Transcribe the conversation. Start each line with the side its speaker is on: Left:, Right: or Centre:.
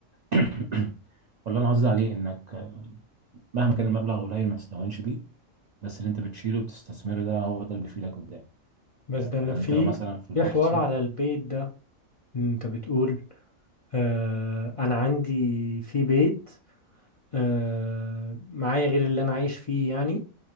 Right: <clears throat> ولا انا قصدي عليه انك آه، مهما كان المبلغ قليل ما تستهونش بيه بس اللي انت بتشيله وبتستثمره ده هو ده اللي بيفيدك قدام
Left: بس
Right: تمام
Left: ده انا
Right: يعني
Left: في
Right: انت لو مثلا في البورصة
Left: في حوار على البيت ده انت بتقول آه انا عندي في بيت آه معايا غير اللي انا عايش فيه يعني